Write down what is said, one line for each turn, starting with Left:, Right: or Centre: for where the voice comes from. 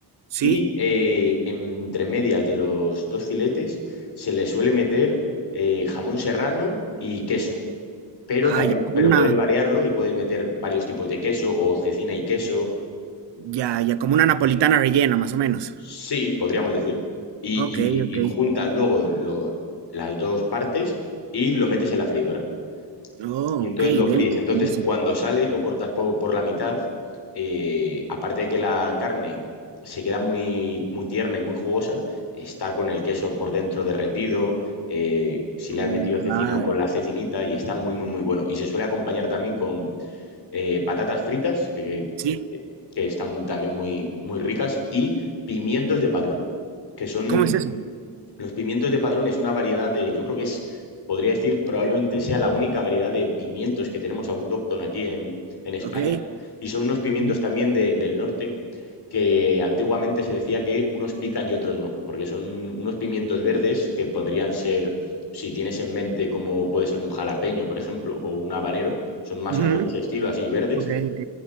Right: ¿Sí?
Left: Y eh, entre medias de los dos filetes se le suele meter eh, jamón serrano y queso.
Right: Oh.
Left: Pero
Right: Ah,
Left: también,
Right: ya como
Left: pero
Right: una,
Left: puedes variarlo y puedes meter varios tipos de queso o cecina y queso.
Right: ya, ya como una napolitana rellena, más o menos.
Left: Sí, podríamos decir. Y,
Right: Ok,
Left: y-
Right: ok.
Left: y juntas luego lo- las dos partes y lo metes en la freidora.
Right: Oh,
Left: y entonces
Right: ok,
Left: lo
Right: Delhi,
Left: fríes. Entonces,
Right: buenísimo.
Left: cuando sale, lo cortas po- por, la mitad. eh, aparte de que la carne se queda muy, muy tierna y muy jugosa, está con el queso por dentro derretido, eh, si le
Right: Oh,
Left: han metido cecina
Right: claro.
Left: o con la cecinita, y está muy, muy, muy bueno. Y se suele acompañar también con eh, patatas fritas, que,
Right: Sí,
Left: que están también muy, muy ricas, y pimientos de padrón, que son
Right: ¿cómo es eso?
Left: los pimientos de Padrón es una variedad de, yo creo que es, podría decir, probablemente sea la única variedad de pimientos que tenemos autóctona aquí en, en España.
Right: Ok,
Left: Y son unos pimientos
Right: ok.
Left: también de- del norte que antiguamente se decía que unos pican y otros no, porque son unos pimientos verdes que podrían ser, si tienes en mente como puede ser un jalapeño, por ejemplo, o un habanero, son más
Right: ujú,
Left: o menos de ese estilo, así verdes,
Right: Ok, ok.